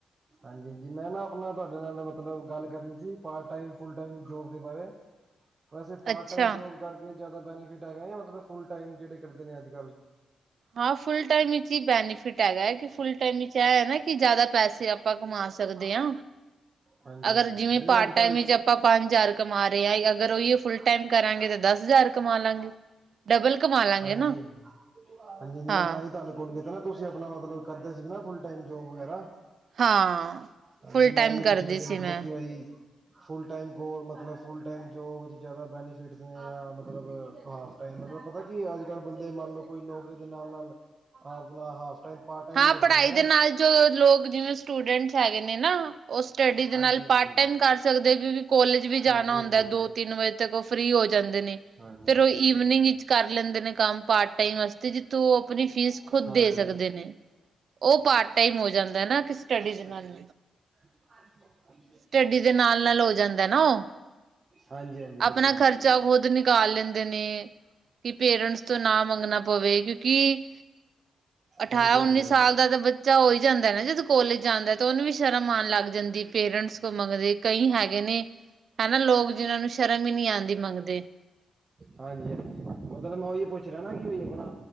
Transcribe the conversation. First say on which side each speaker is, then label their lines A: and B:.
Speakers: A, on the right (about 45°); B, on the right (about 65°).
A: ਹਾਂਜੀ ਜੀ ਮੈਂ ਨਾ ਆਪਨਾ ਤੁਆਡੇ ਨਾਲ ਮਤਲਬ ਗੱਲ ਕਰਨੀ ਸੀ part time full time job ਦੇ ਬਾਰੇ ਵੈਸੇ ਪਾਰਟ
B: ਅੱਛਾ।
A: ਟਾਈਮ ਜੋਬ ਕਰਕੇ ਜ਼ਿਆਦਾ ਬੈਨੀਫਿਟ ਹੈਗਾ ਮਤਲਬ ਫੁਲ ਟਾਈਮ ਜਿਹੜੇ ਕਰਦੇਨੇ ਅੱਜਕੱਲ੍ਹ
B: ਹਾਂ ਫੁੱਲ ਟਾਈਮ ਵਿੱਚ ਹੀ ਬੈਨੀਫਿਟ ਹੈਗਾ ਐ, ਕਿ ਫੁੱਲ ਟਾਈਮ ਵਿੱਚ ਐ ਨਾ ਕਿ ਜ਼ਿਆਦਾ ਪੈਸੇ ਆਪਾਂ ਕਮਾ ਸਕਦੇ ਆ,
A: ਹਾਂਜੀ
B: ਅਗਰ
A: ਹਾਂਜੀ
B: ਜਿਵੇਂ
A: ਨਹੀਂ
B: ਪਾਰਟ
A: ਅੱਜ ਕੱਲ
B: ਟਾਈਮ ਵਿੱਚ ਆਪਾਂ ਆਪਾਂ ਪੰਜ ਹਜ਼ਾਰ ਕਮਾ ਰਹੇ ਆ, ਅਗਰ ਉਹੀ ਫੁੱਲਟ ਟਾਈਮ ਕਰਾਂਗੇ ਤੇ ਦਸ ਹਜ਼ਾਰ ਕਮਾਲਾਂਗੇ ਡਬਲ ਕਮਾਲਾਂਗੇ
A: ਹਾਂਜੀ
B: ਨਾ।
A: ਹਾਂਜੀ ਹਾਂਜੀ
B: ਹਾਂ,
A: ਮੈਂ ਤਾਂ ਈ ਤੁਹਾਨੂੰ ਕੋਲ ਕੀਤਾ ਨਾ ਤੁਸੀਂ ਆਪਣਾ ਮਤਲਬ ਕਰਦੇ ਸੀਗੇ ਨਾ ਫੁਲ ਟਾਈਮ ਜੋਬ ਵਗੈਰਾ।
B: ਹਾਂ।
A: ਹਾਂਜੀ,
B: ਫੁੱਲ
A: ਮੈਂ
B: ਟਾਈਮ
A: ਉਈਓ
B: ਕਰਦੀ
A: ਪੁੱਛਣਾ ਸੀ ਮਤਲਬ
B: ਮੈਂ।
A: ਕਿ ਬਾਈ ਫੁੱਲ ਟਾਈਮ ਕੋ ਮਤਲਬ ਫੁੱਲ ਟਮ ਜੋਬ ਚ ਜਾਦਾ ਬੈਨੀਿ ਮਤਲਬ ਹਾਫ ਟਾਈਮ ਪਤਾ ਕੀ ਅਜਕਲ ਬੰਦੇ ਮੰਨ ਲਓ ਕੋਈ ਨੌਕਰੀ ਦੇ ਨਾਲ ਨਾਲ ਆਪਣਾ ਹਾਫ ਟਾਈਮ ਪਾਰਟ ਟਾਈਮ
B: ਹਾਂ
A: ਵੀ ਕਰਦੇ
B: ਪੜ੍ਹਾਈ
A: ਨੇ ਨਾ
B: ਦੇ ਨਾਲ ਜੋ ਲੋਕ ਜਿਵੇਂ ਸਟੂਡੈਂਟਸ ਹੈਗੇ ਨੇ ਨਾ ਓ ਸਟੱਡੀ ਦੇ
A: ਹਾਂਜੀ
B: ਨਾਲ
A: ਹਾਂਜੀ
B: ਪਾਰਟ ਟਾਈਮ ਕਰ ਸਕਦੇ, ਕਿਉਂਕਿ ਕੋਲਜ ਵੀ ਜਾਣਾ
A: ਹਾਂਜੀ ਹਾਂਜੀ
B: ਹੁੰਦਾ ਦੋ ਤਿੰਨ ਵਜੇ ਤੱਕ। ਫ੍ਰਰੀ ਹੋ ਜਾਂਦੇ ਨੇ
A: ਹਾਂਜੀ
B: ਫਿਰ
A: ਹਾਂਜੀ
B: ਓ ਈਵਨਿੰਗ ਵਿੱਚ ਕਰ ਲੈਂਦੇ ਨੇ ਕੰਮ ਪਾਰਟ ਟਾਈਮ ਵਾਸਤੇ ਜਿੱਥੋਂ ਓਆਪਣੀ ਫੀਸ ਖੁੱਦ
A: ਹਾਂਜੀ
B: ਦੇ ਸਕਦੇ ਨ ਓ ਪਾਰਟ ਟਾਈਮ ਹੋ ਜਾਂਦਾ ਨਾ ਸਟੱਡੀ ਨਾਲ।
A: <unintelligible>
B: ਸਟੱਡੀ ਦੇ ਨਾਲ-ਨਾਲ ਹੋ ਜਾਂਦਾ ਐ ਨਾ ਓ
A: ਹਾਂਜੀ, ਹਾਂਜੀ ਬਿਲਕੁਲ
B: ਆਪਣਾ
A: ਜੀ
B: ਖ਼ਰਚਾ
A: ਬਿਲਕੁਲ
B: ਖੁੱਦ ਨਿਕਾਲ ਲੈਂਦੇ ਨੇ ਕੀ ਪੇਰੰਟਸ ਤੋਂ ਨਾ ਮੰਗਣਾ ਪਵੇ, ਕਿਉਂਕਿ ਅਠਾਰਾਂ
A: ਹਾਂਜੀ ਹਾਂਜੀ
B: ਉੱਨੀ ਸਾਲ
A: ਹਾਂਜੀ
B: ਦਾ ਤੈ ਬ ਜਾਂ ਓ ਹੀ ਜਾਂਦਾ ਨਾ ਜਦੋਂ ਕੋਲੇਜ ਜਾਂਦਾ ਤਾਂ ਓਨੂੰ ਵੀ ਸ਼ਰਮ ਆਣ ਲੱਗ ਜਾਂਦੀ ਪੇਰੰਟਸ ਮੰਗਦੇ ਕਈ ਹੈਗੇ ਨੇ ਹੈਨਾ ਲੋਕ, ਜਿਨਾਂ ਨੂੰ ਸ਼ਰਮ ਈ ਨੀ ਆਂਦੀ ਮੰਗਦੇ।
A: ਹਾਂਜੀ-ਹਾਜੀ ਮਤਲਬ, ਮੈਂ ਉਹੀ ਪੁੱਛ ਰਿਆ ਨਾ ਕਿ ਆਪਣਾ